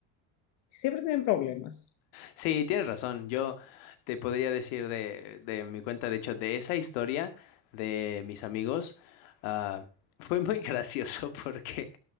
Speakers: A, on the left; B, on the left.
A: siempre tienen problemas.
B: Sí, tienes razón. Yo te podría decir de, de mi cuenta, de hecho, de esa historia de mis amigos, ah, fue muy <laughs> gracioso porque